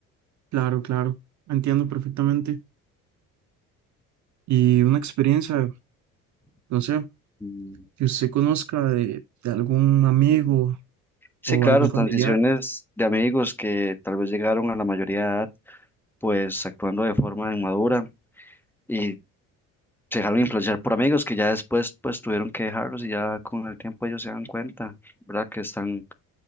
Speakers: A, on the right; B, in the centre.
A: Claro, claro, entiendo perfectamente. Y una experiencia, no sé,
B: Mm,
A: que usted conozca de, de algún amigo
B: Sí,
A: o
B: claro,
A: algún familiar.
B: transiciones de amigos que tal vez llegaron a la mayoría de edad, pues actuando de forma inmadura y se dejaron influenciar por amigos que ya después pues tuvieron que dejarlos y ya con el tiempo ellos se dan cuenta, ¿verdad? Que están